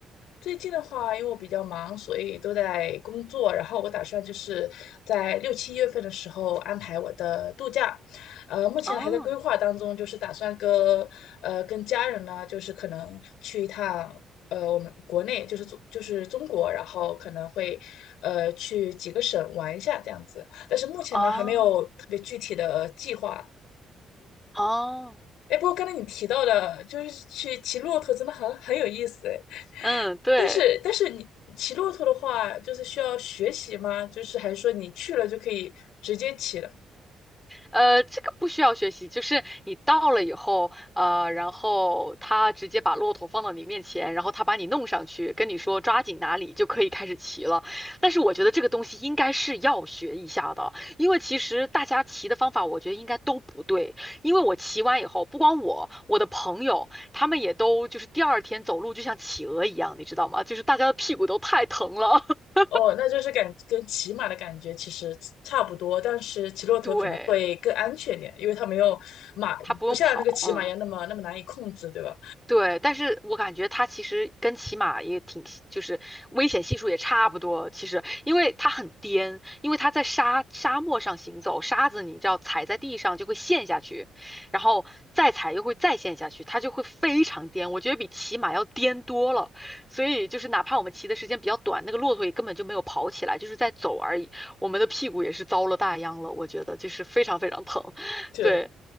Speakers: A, on the left; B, in the centre.
A: 最近的话，因为我比较忙，所以都在工作。然后我打算就是在六七月份的时候安排我的度假，呃，目前还在规划当中，
B: 哦
A: 就是打算跟呃跟家人呢，就是可能去一趟呃我们国内，就是中就是中国，然后可能会呃去几个省玩一下这样子。但是目前呢，
B: 哦
A: 还没有特别具体的计划。
B: 哦，
A: 哎，不过刚才你提到的，就是去骑骆驼，真的很很有意思哎。
B: 嗯，对。
A: 但是但是你骑骆驼的话，就是需要学习吗？就是还是说你去了就可以直接骑了？
B: 呃，这个不需要学习，就是你到了以后，呃，然后他直接把骆驼放到你面前，然后他把你弄上去，跟你说抓紧哪里就可以开始骑了。但是我觉得这个东西应该是要学一下的，因为其实大家骑的方法，我觉得应该都不对。因为我骑完以后，不光我，我的朋友他们也都就是第二天走路就像企鹅一样，你知道吗？就是大家的屁股都太疼了。<laughs>
A: 哦，那就是感跟骑马的感觉其实差不多，但是骑骆驼可能会更安全一点，
B: 对，
A: 因为它没有马，
B: 他不用跑，
A: 不像那个骑马一样那么那么难以控制，
B: 嗯。
A: 对吧？
B: 对，但是我感觉它其实跟骑马也挺，就是危险系数也差不多。其实，因为它很颠，因为它在沙沙漠上行走，沙子你知道踩在地上就会陷下去，然后再踩又会再陷下去，它就会非常颠。我觉得比骑马要颠多了。所以就是哪怕我们骑的时间比较短，那个骆驼也根本就没有跑起来，就是在走而已。我们的屁股也是遭了大殃了，我觉得就是非常非常疼。<laughs>
A: 对，
B: 对，